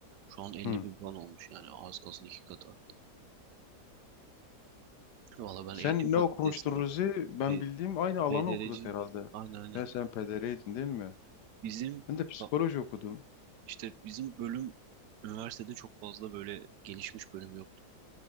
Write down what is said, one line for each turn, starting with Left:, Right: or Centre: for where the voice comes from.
Right: Şu an 50
Left: Hı.
Right: bin falan olmuş yani az kalsın iki kat arttı. Valla ben
Left: Sen
Right: eğitim fakültesindeyim.
Left: ne okumuştun Ruzi? Ben
Right: E,
Left: bildiğim aynı alanı
Right: PDR'ciyim.
Left: okuduk herhalde.
Right: Aynen aynen.
Left: Ben sen PDR'ydin değil mi?
Right: Bizim
Left: Ben de psikoloji
Right: bak
Left: okudum.
Right: işte bizim bölüm üniversitede çok fazla böyle gelişmiş bölüm yoktu.